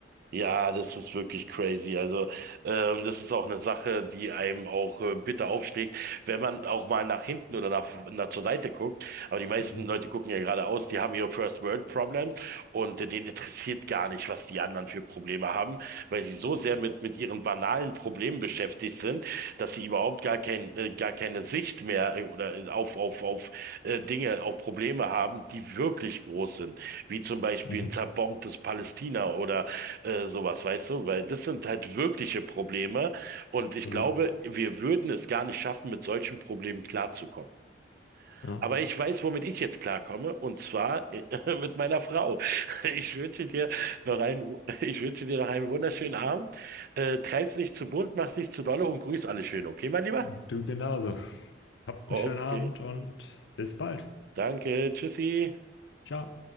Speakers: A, on the right; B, on the left.
A: Ja, das ist wirklich crazy. Also, ähm, das ist auch eine Sache, die einem auch äh, bitter aufschlägt, wenn man auch mal nach hinten oder nach, nach zur Seite guckt. Aber die meisten
B: Mhm.
A: Leute gucken ja geradeaus, die haben ihre First World Problems und äh, denen interessiert gar nicht, was die anderen für Probleme haben, weil sie so sehr mit, mit ihren banalen Problemen beschäftigt sind, dass sie überhaupt gar kein, äh, gar keine Sicht mehr äh, oder äh, auf, auf, auf äh, Dinge, auf Probleme haben, die wirklich groß sind, wie zum Beispiel
B: Mhm.
A: ein zerbombtes Palästina oder äh, sowas, weißt du? Weil das sind halt wirkliche Probleme und
B: Absolut.
A: ich glaube, wir würden es gar nicht schaffen, mit solchen Problemen klarzukommen.
B: Ja.
A: Aber ich weiß, womit ich jetzt klarkomme und zwar äh, <laughs> mit meiner Frau. Ich wünsche dir noch einen, <laughs> ich wünsche dir noch einen wunderschönen Abend. Äh, treib's nicht zu bunt, mach's nicht zu dolle und grüß alle schön, okay, mein Lieber?
B: Du genauso. Habt
A: Okay,
B: einen schönen Abend und bis bald.
A: danke, tschüssi.
B: Ciao.